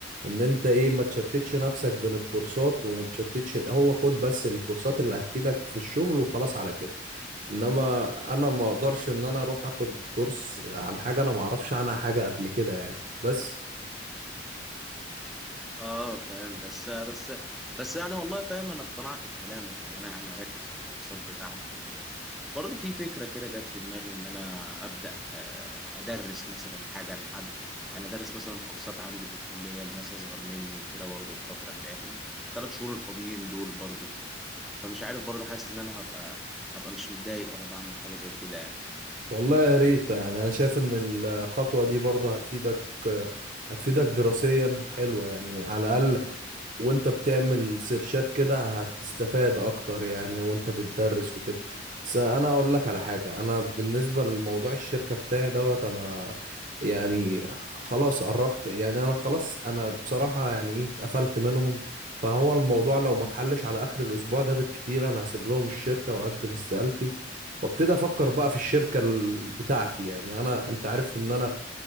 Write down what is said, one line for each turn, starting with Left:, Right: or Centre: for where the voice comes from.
Right: ان انت ايه ما تشتتش نفسك بين الكورسات وما تشتتش هو خد بس الكورسات اللي هتفيدك في الشغل وخلاص على كده انما انا ما اقدرش ان انا اروح اخد كورس عن حاجه انا ما اعرفش عنها حاجه قبل كده يعني بس
Centre: اه فاهم بس بس بس يعني والله فاهم انا اقتنعت بكلامك ان انا يعني اركز في الاقتصاد بتاعته وكده برضه في فكره كده جت في دماغي ان انا ابدا آه، ادرس مثلا حاجه لحد يعني ادرس مثلا كورسات عندي في الكليه لناس اصغر مني وكده برضه الفتره الجايه في الثلاث شهور الفاضيين دول برضه فمش عارف برضه حاسس ان انا هبقى هبقى مش متضايق وانا بعمل حاجه زي كده يعني
Right: والله يا ريت يعني انا شايف ان الخطوه دي برضه هتفيدك هتفيدك دراسيا حلوة يعني على الاقل وانت بتعمل سيرشات كده هتستفاد اكتر يعني وانت بتدرس وكده بس انا اقول لك على حاجة انا بالنسبة لموضوع الشركة بتاعي دوت انا يعني خلاص قربت يعني انا خلاص انا بصراحة يعني ايه اتقفلت منهم فهو الموضوع لو ما اتحلش على اخر الاسبوع ده بالكتير انا هسيب لهم الشركة واقدم استقالتي وابتدي افكر بقى في الشركة ال- بتاعتي يعني انا انت عارف ان انا